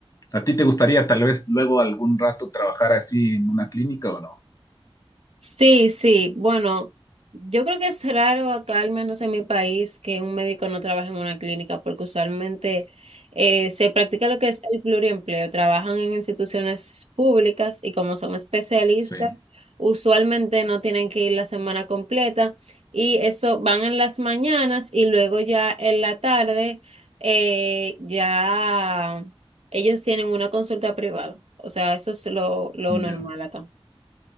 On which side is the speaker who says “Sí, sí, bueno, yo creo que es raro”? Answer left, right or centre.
Right